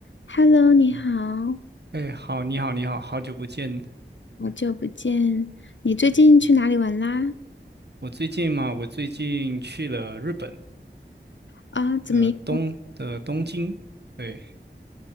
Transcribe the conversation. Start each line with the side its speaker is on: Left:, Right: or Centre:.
Left: Hello，你好，
Right: 哎，好，你好，你好，好久不见。
Left: 好久不见。你最近去哪里玩啦？
Right: 我最近嘛，我最近去了日本
Left: 啊，怎么样？
Right: 的东的东京，对，